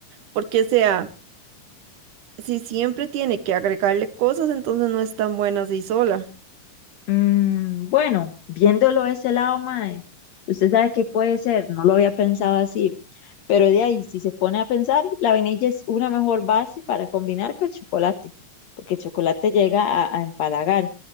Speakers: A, on the right; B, on the left.
A: Porque, o sea, si siempre tiene que agregarle cosas, entonces no es tan buena así sola.
B: Mm, bueno, viéndolo de ese lado, mae, usted sabe que puede ser, no lo había pensado así, pero de ahí, si se pone a pensar, la vainilla es una mejor base para combinar que el chocolate, porque el chocolate llega a, a empalagar.